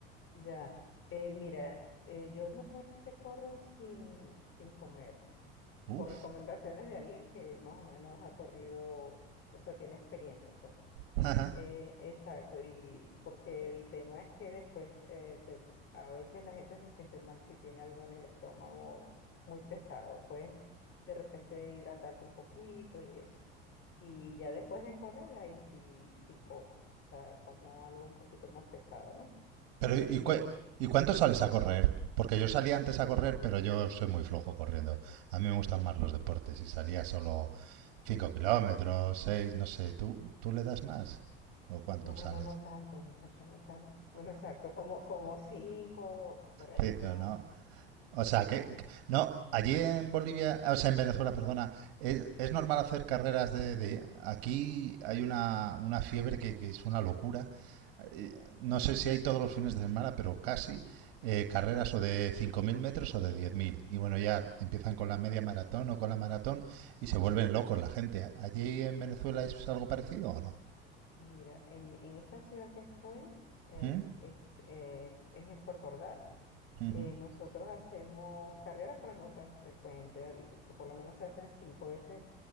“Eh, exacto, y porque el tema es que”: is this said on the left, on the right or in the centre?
Left